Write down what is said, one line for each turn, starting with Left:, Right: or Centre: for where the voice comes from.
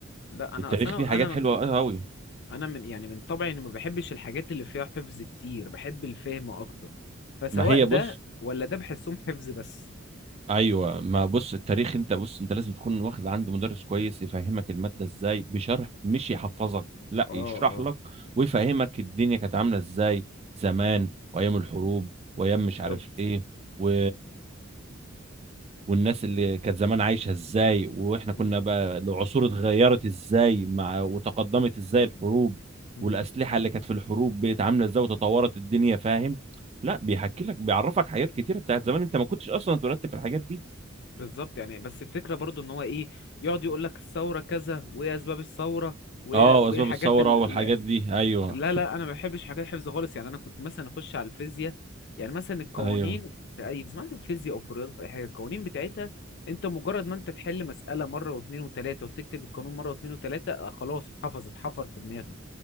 Left: لا انا
Right: التاريخ
Left: اصل انا
Right: فيه حاجات
Left: انا
Right: حلوة قوي
Left: انا من يعني من طبعي اني ما بحبش الحاجات اللي فيها حفظ كتير بحب الفهم اكتر فسواء
Right: ما هي
Left: ده
Right: بص
Left: ولا ده بحسهم حفظ بس
Right: ايوه ما بص التاريخ انت بص انت لازم تكون واخد عند مدرس كويس يفهمك الماده ازاي بشرح مش يحفظك لا
Left: اه
Right: يشرح
Left: اه
Right: لك ويفهمك الدنيا كانت عامله ازاي زمان وايام الحروب وايام
Left: بالظبط
Right: مش عارف ايه و... والناس اللي كانت زمان عايشه ازاي واحنا كنا
Left: مم،
Right: بقى العصور اتغيرت ازاي مع وتقدمت ازاي الحروب
Left: مم.
Right: والاسلحه اللي كانت في الحروب بقت عامله ازاي وتطورت الدنيا فاهم لا بيحكي لك بيعرفك حاجات كتيره بتاعت زمان انت ما كنتش اصلا اتولدت في الحاجات دي
Left: بالظبط يعني بس الفكره برضو ان هو ايه يقعد يقول لك الثوره كذا وايه اسباب الثوره وايه
Right: اه
Left: وإيه
Right: واسباب
Left: الحاجات
Right: الثوره
Left: ال-
Right: والحاجات دي ايوه
Left: لا لا انا ما بحبش حاجات الحفظ خالص يعني انا كنت مثلا اخش على الفيزياء يعني مثلا القوانين
Right: ايوه
Left: في اي سمعت في فيزياء او في رياضه في اي حاجه القوانين بتاعتها انت مجرد ما انت تحل مساله مره واثنين وثلاثه وتكتب القانون مره واثنين وثلاثه آه، خلاص اتحفظ اتحفر في دماغك